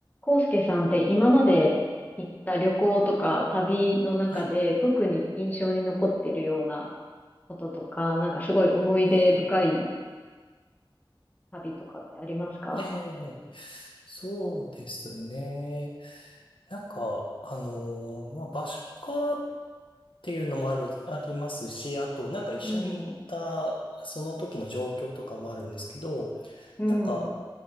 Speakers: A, on the left (about 20°); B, on the left (about 75°).
A: 康介さんって今まで行った旅行とか旅の中で特に印象に残ってるような
B: はい、
A: こととか、なんかすごい思い出深い
B: はい。
A: 旅とかってありますか
B: ええ、そうですね。なんか、あのーまあ、場所かっていうのもある、ありますし、あと、なんか一緒に行った、
A: うん。
B: その時の状況とかもあるんですけど、
A: うん。
B: なんか、